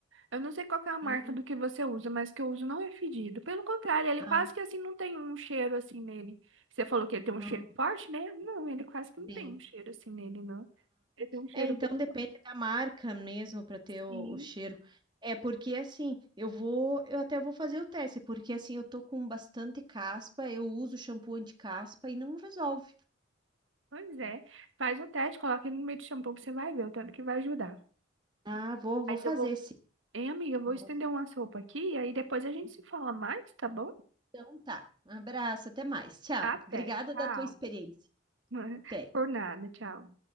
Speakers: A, on the right; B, on the right.
A: Eu não sei qual que é a marca
B: é.
A: do que você usa, mas que eu uso não é fedido. Pelo contrário, ele
B: Ah,
A: quase que assim não tem um cheiro assim nele. Você falou que ele tem um
B: ah,
A: cheiro forte, né? Não, ele quase que não
B: sim.
A: tem um cheiro assim nele, não. Ele tem um cheiro
B: É, então
A: bem
B: depende
A: forte.
B: da marca mesmo para ter o,
A: Sim.
B: o cheiro. É porque assim, eu vou, eu até vou fazer o teste, porque assim, eu tô com bastante caspa, eu uso shampoo anti-caspa e não resolve.
A: Pois é. Faz o teste, coloca ele no meio do shampoo que você vai ver o tanto que vai ajudar.
B: Ah, vou, vou
A: Aí
B: fazer
A: eu vou.
B: sim.
A: Hein, amiga, eu vou
B: Vou.
A: estender uma sopa aqui e aí depois a gente se fala mais, tá bom?
B: Então tá. Um abraço, até mais. Tchau.
A: Até.
B: Obrigada
A: Tchau.
B: da tua experiência.
A: <laughs>
B: Até.
A: Por nada, tchau.